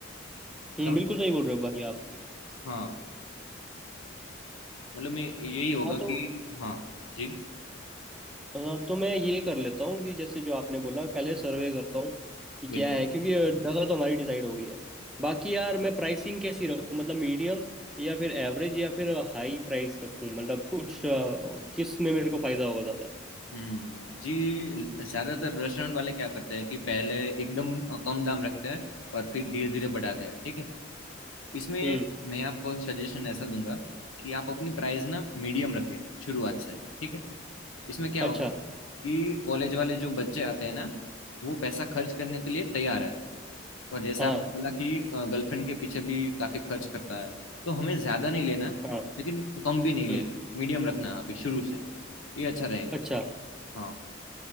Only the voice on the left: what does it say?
समझ
रहे
हो? हाँ मतलब में यही होगा
कि
हाँ जी
बिल्कुल
हम्म जी ज़्यादातर रेस्टोरेंट वाले क्या करते हैं कि पहले एकदम कम दाम रखते हैं और फिर धीरे धीरे बढ़ाते हैं ठीक है इसमें
मैं आपको सजेशन ऐसा दूंगा कि आप अपनी प्राइस ना मीडियम रखें शुरुआत से ठीक है इसमें क्या
होगा कि कॉलेज वाले जो बच्चे आते हैं ना वो पैसा खर्च करने के लिए तैयार है और जैसा
आपने बोला कि गर्लफ्रेंड के पीछे भी काफी खर्च करता है तो हमें ज्यादा नहीं लेना
लेकिन कम भी नहीं लेना
मीडियम रखना है अभी शुरू से ये अच्छा रहेगा
हाँ